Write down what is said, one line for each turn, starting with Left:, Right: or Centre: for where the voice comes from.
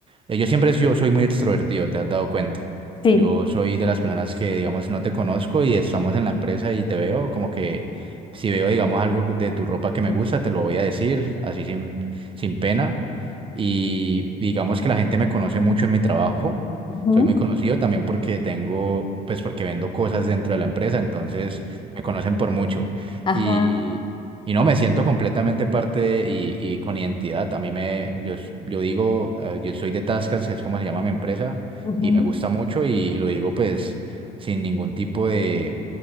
Right: eh, yo siempre he sido- soy muy extrovertido, te has dado cuenta.
Left: Sí.
Right: Yo soy de las personas que, digamos, no te conozco y estamos en la empresa y te veo, como que si veo, digamos, algo de tu ropa que me gusta, te lo voy a decir, así sin, sin pena. Y digamos que la gente me conoce mucho en mi trabajo.
Left: Ujú.
Right: Soy muy conocido también porque tengo, pues porque vendo cosas dentro de la empresa, entonces me conocen por mucho.
Left: Ajá,
Right: Y, y no, me siento completamente parte de- y, y con identidad. A mí me, yo, s- yo digo, eh, yo soy de Tascas, que es como se llama mi empresa,
Left: ujú,
Right: y me gusta mucho y, y lo digo pues sin ningún tipo de,